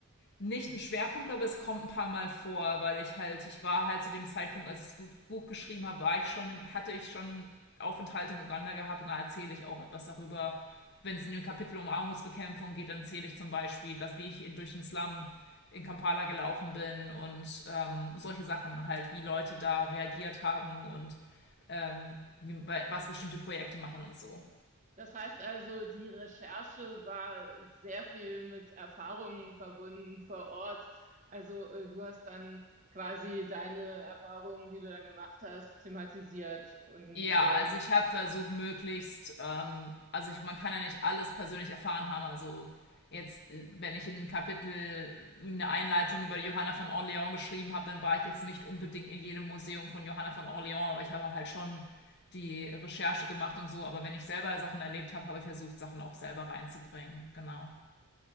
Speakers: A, on the left; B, on the right.
A: nicht ein Schwerpunkt, aber es kommt ein paar Mal vor, weil ich halt, ich war halt zu dem Zeitpunkt, als ich das Buch geschrieben habe, war ich schon, hatte ich schon Aufenthalte in Uganda gehabt und da erzähle ich auch etwas darüber. Wenn es in dem Kapitel um Armutsbekämpfung geht, dann erzähle ich zum Beispiel, dass wie ich in, durch den Slum in Kampala gelaufen bin und ähm, solche Sachen halt, wie Leute da reagiert haben und ähm, wie, was bestimmte Projekte machen und so.
B: Das heißt also, die Recherche war sehr viel mit Erfahrungen verbunden vor Ort. Also äh, du hast dann quasi deine Erfahrungen, die du da gemacht hast, thematisiert und
A: Ja,
B: äh,
A: also ich habe versucht, möglichst, ähm, also ich, man kann ja nicht alles persönlich erfahren haben. Also jetzt, äh, wenn ich in ein Kapitel eine Einleitung über Johanna von Orleans geschrieben habe, dann war ich jetzt nicht unbedingt in jedem Museum von Johanna von Orleans, aber ich habe halt schon die Recherche gemacht und so. Aber wenn ich selber Sachen erlebt habe, habe ich versucht, Sachen auch selber reinzubringen. Genau.